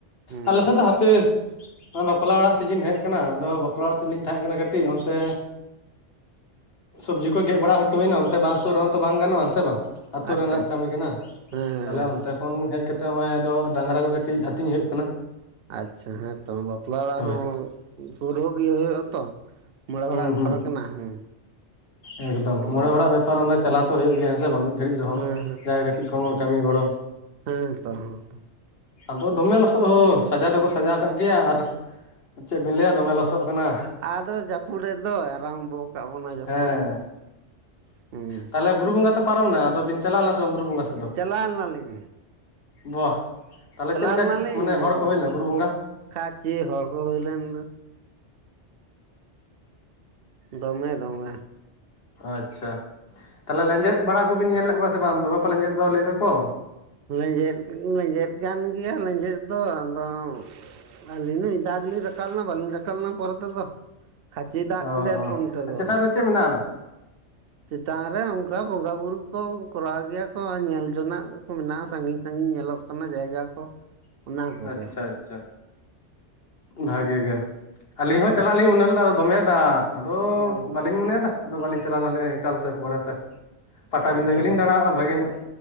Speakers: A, on the right; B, on the left.
A: ᱦᱮᱸ
B: ᱟᱞᱮ ᱥᱮᱫ ᱫᱚ ᱦᱟᱯᱮ ᱵᱟᱯᱞᱟ ᱚᱲᱟᱜ ᱥᱤᱡᱤᱱ ᱦᱮᱡ ᱟᱠᱟᱱᱟ ᱟᱫᱚ ᱵᱟᱯᱞᱟ ᱚᱲᱟᱜ ᱥᱮᱫ ᱞᱤᱧ ᱛᱟᱦᱮᱸ ᱠᱟᱱᱟ ᱠᱟᱹᱴᱤᱡ ᱚᱱᱛᱮ ᱥᱚᱵᱽᱡᱤ ᱠᱚ ᱜᱮᱫ ᱵᱟᱲᱟ ᱦᱚᱴᱚ ᱦᱳᱭᱱᱟ ᱚᱱᱛᱮ ᱵᱟᱝ ᱥᱩᱨ ᱨᱮᱦᱚᱸ ᱛᱚ ᱵᱟᱝ ᱜᱟᱱᱚᱜ-ᱟ ᱥᱮ ᱵᱟᱝ ᱟᱹᱛᱳ
A: ᱟᱪᱪᱷᱟ
B: ᱨᱮᱱᱟᱜ
A: ᱟᱪᱪᱷᱟ
B: ᱠᱟᱹᱢᱤ ᱠᱟᱱᱟ
A: ᱦᱮᱸ ᱦᱮᱸ
B: ᱛᱟᱦᱚᱞᱮ ᱚᱱᱛᱮ ᱯᱷᱳᱱ ᱦᱮᱡ ᱠᱟᱛᱮ ᱱᱚᱜ-ᱚᱭ ᱟᱫᱚ ᱰᱟᱝᱨᱟ ᱠᱚ ᱠᱟᱹᱴᱤᱡ ᱟᱹᱛᱤᱧ ᱦᱩᱭᱩᱜ ᱠᱟᱱᱟ
A: ᱟᱪᱪᱷᱟ ᱦᱮᱸᱛᱚ ᱵᱟᱯᱞᱟ ᱚᱲᱟᱜ
B: ᱦᱳᱭ
A: ᱦᱚᱸ ᱥᱩᱨᱩᱜ ᱜᱤ ᱦᱩᱭᱩᱜ ᱟᱛᱚ ᱢᱚᱬᱮ
B: ᱦᱩᱸ
A: ᱦᱚᱲᱟᱜ
B: ᱦᱩᱸ
A: ᱯᱟᱨ ᱠᱟᱱᱟ ᱦᱮᱸ
B: ᱮᱠᱫᱚᱢ
A: ᱦᱮᱸ
B: ᱢᱚᱬᱮ ᱦᱚᱲᱟᱜ ᱵᱮᱯᱟᱨ ᱚᱸᱰᱮ ᱪᱟᱞᱟ ᱛᱚ ᱦᱩᱭᱩᱜ ᱜᱮᱭᱟ ᱦᱮᱸᱥᱮ ᱵᱟᱝ ᱢᱤᱫ ᱜᱷᱟᱹᱲᱤᱡ ᱨᱮᱦᱚᱸ
A: ᱦᱮᱸ
B: ᱡᱟᱜ ᱠᱟᱹᱴᱤᱡ ᱠᱚᱢᱚ ᱠᱟᱹᱢᱤ ᱜᱚᱲᱚ
A: ᱦᱮᱸ ᱛᱚ ᱦᱮᱸ ᱛᱚ
B: ᱟᱫᱚ ᱫᱚᱢᱮ ᱞᱚᱥᱚᱫ ᱦᱳ ᱥᱟᱡᱟᱣ ᱫᱚᱠᱚ ᱥᱟᱡᱟᱣ ᱠᱟᱜ ᱜᱮᱭᱟ ᱟᱨ ᱪᱮᱫ ᱵᱤᱱ ᱞᱟᱹᱭᱟ ᱫᱚᱢᱮ ᱞᱚᱥᱚᱜ ᱠᱟᱱᱟ
A: ᱟᱫᱚ ᱡᱟᱹᱯᱩᱫ ᱨᱮᱫᱭ ᱟᱨᱟᱢᱵᱚᱠᱟᱜ ᱵᱚᱱᱟ ᱡᱟᱹᱯᱩᱫ
B: ᱦᱮᱸ
A: ᱦᱮᱸ
B: ᱛᱟᱦᱚᱞᱮ ᱵᱩᱨᱩ ᱵᱚᱸᱜᱟ ᱛᱚ ᱯᱟᱨᱚᱢ ᱱᱟ ᱟᱫᱚ ᱵᱤᱱ ᱪᱟᱞᱟᱣ ᱞᱮᱱᱟ ᱥᱮ ᱵᱟᱝ ᱵᱩᱨᱩ ᱵᱚᱸᱜᱟ ᱥᱮᱫ ᱫᱚ
A: ᱪᱟᱞᱟᱣᱱᱟᱞᱤᱧ
B: ᱵᱟ ᱛᱟᱦᱞᱮ ᱪᱮᱫᱞᱮᱠᱟ
A: ᱞᱮᱱᱟᱞᱤᱧ
B: ᱢᱟᱱᱮ ᱦᱚᱲ ᱠᱚ ᱦᱩᱭᱱᱟ ᱵᱩᱨᱩ ᱵᱚᱸᱜᱟ
A: ᱠᱷᱟᱪᱮ ᱦᱚᱲ ᱠᱚ ᱦᱩᱭ ᱞᱮᱱ ᱫᱚ ᱫᱚᱢᱮ ᱫᱚᱢᱮ
B: ᱟᱪᱪᱷᱟ ᱛᱟᱦᱚᱞᱮ ᱞᱮᱸᱡᱮᱫ ᱵᱟᱲᱟ ᱠᱚᱵᱤᱱ ᱧᱮᱞ ᱞᱮᱫ ᱠᱚᱣᱟ ᱥᱮ ᱵᱟᱝ ᱫᱚᱢᱮ ᱠᱚ ᱞᱮᱸᱡᱮᱫ ᱫ ᱞᱟᱹᱭ ᱫᱚᱠᱚ
A: ᱞᱮᱸᱡᱮᱫ ᱞᱮᱸᱡᱮᱫ ᱠᱟᱱ ᱜᱮᱭᱟ ᱞᱮᱸᱡᱮᱫ ᱫᱚ ᱟᱫᱚ ᱟᱞᱤᱧ ᱫᱚ ᱢᱤᱫᱷᱟᱣᱜᱮᱞᱤᱧ ᱨᱠᱟᱞᱮᱱᱟ ᱵᱟᱞᱤᱧ ᱨᱠᱟᱞᱱᱟ ᱯᱚᱨᱮᱛᱮ ᱫᱚ ᱠᱷᱟᱪᱤ ᱫᱟᱜ
B: ᱚ
A: ᱠᱮᱫᱟᱭ
B: ᱚ
A: ᱛᱚ ᱚᱱᱛᱮ ᱫᱚ
B: ᱪᱮᱛᱟᱱ ᱨᱮ ᱪᱮᱫ ᱢᱮᱱᱟᱜᱼᱟ
A: ᱪᱮᱛᱟᱱ ᱨᱮ ᱚᱱᱠᱟ ᱵᱚᱸᱜᱟ ᱵᱩᱨᱩ ᱠᱚ ᱠᱚᱨᱟᱣ ᱜᱮᱭᱟ ᱠᱚ ᱟᱨ ᱧᱮᱞ ᱡᱚᱱᱟᱜ ᱠᱚ ᱢᱮᱱᱟᱜ-ᱟ ᱥᱟᱺᱜᱤᱧ ᱥᱟᱺᱜᱤᱧ ᱧᱮᱞᱚᱜ ᱠᱟᱱᱟ ᱡᱟᱭᱜᱟ ᱠᱚ
B: <inaudible>
A: ᱚᱱᱟ ᱠᱚᱜᱮ
B: ᱟᱪᱪᱷᱟ ᱟᱪᱪᱷᱟ ᱵᱷᱟᱜᱤ ᱜᱮ ᱟᱹᱞᱤᱧ
A: ᱦᱮᱸ
B: ᱦᱚᱸ ᱪᱟᱞᱟᱜ ᱞᱤᱧ ᱢᱚᱱᱮ ᱞᱮᱫᱟ ᱫᱚᱢᱮᱫᱟᱜ ᱟᱫᱚ
A: ᱚ
B: ᱵᱟᱹᱞᱤᱧ ᱢᱚᱱᱮᱭᱮᱫᱟ ᱟᱫᱚ ᱵᱟᱹᱞᱤᱧ ᱪᱟᱞᱟᱣ ᱞᱮᱱᱟᱞᱤᱧ ᱮᱠᱟᱞᱛᱮ ᱯᱚᱨᱮᱛᱮ ᱯᱟᱴᱟᱵᱤᱫᱟᱹ
A: ᱟᱪᱪᱷᱟ
B: ᱜᱮᱞᱤᱧ
A: ᱵᱟ
B: ᱫᱟᱲᱟᱭᱚᱜ-ᱟ ᱵᱷᱟᱜᱮ ᱧᱚᱜ